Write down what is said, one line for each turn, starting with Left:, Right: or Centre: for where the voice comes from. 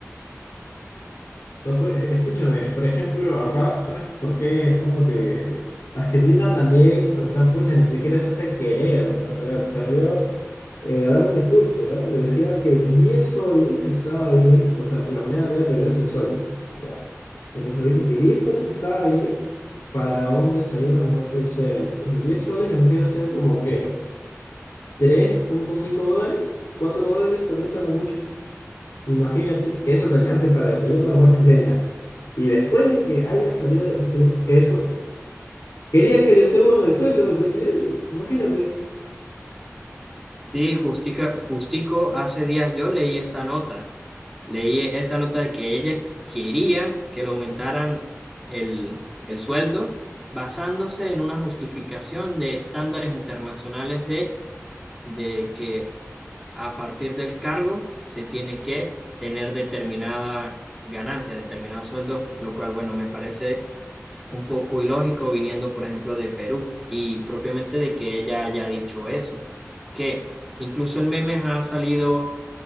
Left: No, pues, e- escúchame, por ejemplo, acá, ¿sabes por qué? Es como que Argentina también, o sea, pucha, ni siquiera se hace querer, o sea, salió eh, a dar un discurso, ¿ya? Donde decía que 10 soles estaba bien, o sea, la moneda acá de Perú es el sol, ¿ya? Entonces dijo que 10 soles estaba bien para un desayuno, almuerzo y cena. Entonces 10 soles vendría a ser como que tres punto cinco dólares, 4 dólares tal vez a lo mucho. Imagínate que eso te alcance para desayuno, almuerzo y cena. Y después de que haya salido a decir eso, quería que le suban el sueldo del presidente. Imagínate.
Centre: Sí, Justica, Justico, hace días yo leí esa nota, leí esa nota de que ella quería que le aumentaran el, el sueldo basándose en una justificación de estándares internacionales de, de que a partir del cargo se tiene que tener determinada ganancia, determinado sueldo, lo cual, bueno, me parece un poco ilógico viniendo, por ejemplo, de Perú y propiamente de que ella haya dicho eso, que incluso en memes ha salido